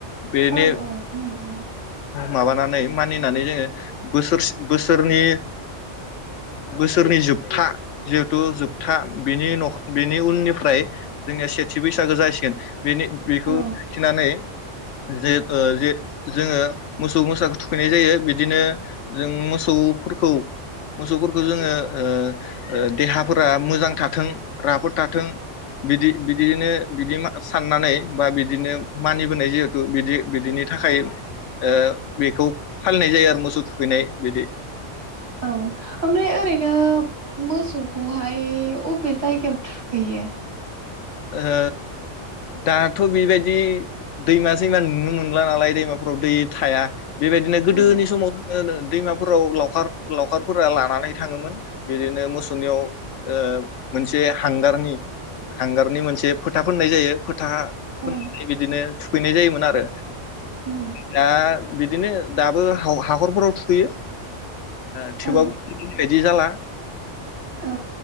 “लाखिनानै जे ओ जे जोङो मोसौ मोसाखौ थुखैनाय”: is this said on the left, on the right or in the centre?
Left